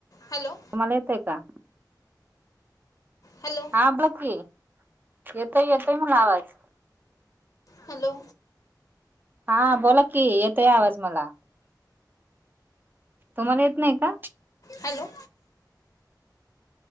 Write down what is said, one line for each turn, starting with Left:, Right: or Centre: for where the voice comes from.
Left: हॅलो.
Right: तुम्हाला येतोय का?
Left: हॅलो.
Right: हां, बकी येते येतोय मला आवाज.
Left: हॅलो.
Right: हा बोला की, येतोय आवाज मला. तुम्हाला येत नाही का?
Left: हॅलो.